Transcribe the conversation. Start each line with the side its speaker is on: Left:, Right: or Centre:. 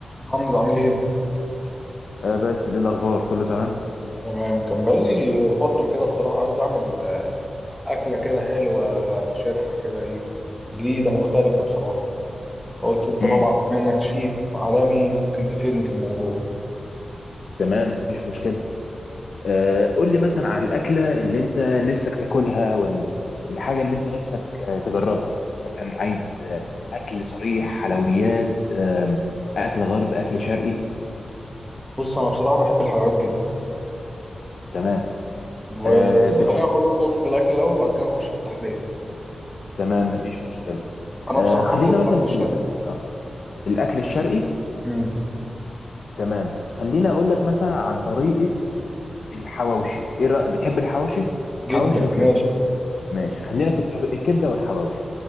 Centre: حمزة عامل ايه؟
Left: آه بس ايه الاخبار كله تمام
Centre: تمام كان بقالي فترة كده بصراحة عايز أعمل أكلة كده حلوة شرحة كده ايه جديدة مختلفة بصراحة فقلت أنت
Left: امم
Centre: طبعا بما إنك شيف عالمي ممكن تفيدني في الموضوع
Left: تمام مفيش مشكله آه قول لي مثلا عن الاكله اللي انت نفسك تاكلها او ال- الحاجه اللي انت نفسك آه تجربها مثلا عايز آه اكل صريح حلويات آه اكل غرب اكل شرقي
Centre: بص أنا بصراحة بحب الحلويات جدا
Left: تمام
Centre: و-
Left: آه
Centre: بس
Left: بتحب
Centre: خلينا نخلص نقطة الأكل الأول وبعد كده نخش في التحلية
Left: تمام مفيش مشكله
Centre: أنا
Left: آه
Centre: بصراحة
Left: خلينا
Centre: بحب
Left: مثلا
Centre: الأكل
Left: في
Centre: الشرقي
Left: ال... آه الاكل الشرقي
Centre: مم.
Left: تمام خلينا اقول لك مثلا عن طريقه الحواوشي ايه رايك بتحب الحواوشي حواوشي
Centre: جدا
Left: وكبده
Centre: ماشي
Left: ماشي خلينا في الكب... الكبده والحواوشي